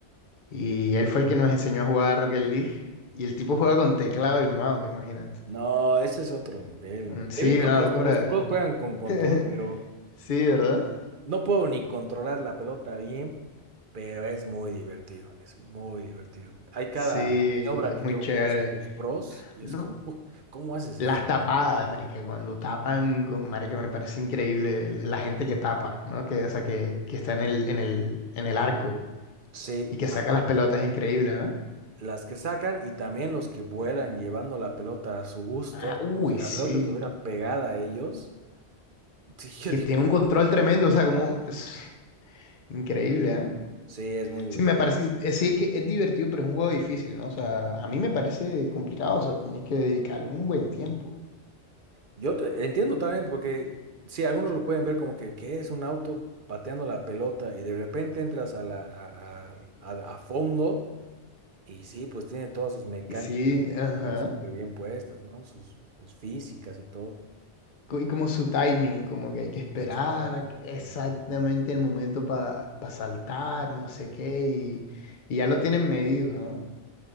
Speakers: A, on the left; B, on the right.
A: y él fue el que nos enseñó a jugar a Rocket League. Y el tipo juega con teclado y mouse, imagínate.
B: No, ese es otro nivel.
A: Mm, Sí,
B: He visto
A: una
B: que
A: locura.
B: hasta los pros juegan con control,
A: ¿eh?
B: pero...
A: <laughs> Sí, ¿verdad?
B: No puedo ni controlar la pelota bien, pero es muy divertido, es muy divertido. Hay cada
A: Sí,
B: maniobra
A: es
B: que
A: muy
B: veo
A: chévere.
B: que hacen los pros y
A: No,
B: es como, "Uh, ¿cómo haces
A: Las
B: eso?
A: tapadas, marica, cuando tapan, con, marica, me parece increíble el- la gente que tapa, ¿no? Que, o sea, que, que está en el, en el, en el arco
B: Sí,
A: y que saca las pelotas, increíble, ¿no?
B: las que sacan y también los que vuelan llevando la pelota a su gusto,
A: Ah,
B: así
A: uy,
B: como si la
A: sí.
B: pelota estuviera pegada a ellos. Sí, yo
A: Y
B: digo,
A: tiene un control tremendo, o sea, como... es increíble, ¿eh?
B: sí, es muy divertido.
A: Sí, me parece... eh, Sí, es que es divertido, pero es un juego difícil, ¿no? O sea, a mí me parece complicado, o sea, tienes que dedicarle un buen tiempo.
B: Yo te- entiendo también porque sí, algunos lo pueden ver como que, ¿qué es un auto pateando la pelota y de repente entras a la, a a- a- a fondo? Y sí, pues tiene todas sus mecánicas
A: Y sí, ajá.
B: ¿no? pero súper bien puestas, ¿no? Sus, sus físicas y todo.
A: co- y como su timing, como que hay que esperar
B: Exacto,
A: a que- exactamente
B: sí, exacto.
A: el momento para saltar y no sé qué, y, y ya lo tienen medido, ¿no?